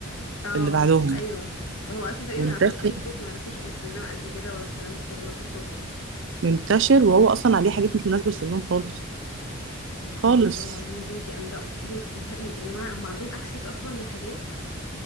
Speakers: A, on the left; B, on the right.
A: اه
B: اللي بعدهم
A: ايوه هو اصلا تقريبا
B: منتشر
A: ما يعرفوش فيسبوك ما يعرفوش انستجرام قد كده ولا الكلام ده كله هو تيك توك بس
B: منتشر وهو اصلا عليه حاجات مش مناسبه لسنهم خالص خالص
A: اه والله العظيم يا بنتي انا ده اكتر حاجه بتزهقني يا جماعه هم عندهم اكسس اصلا لحاجات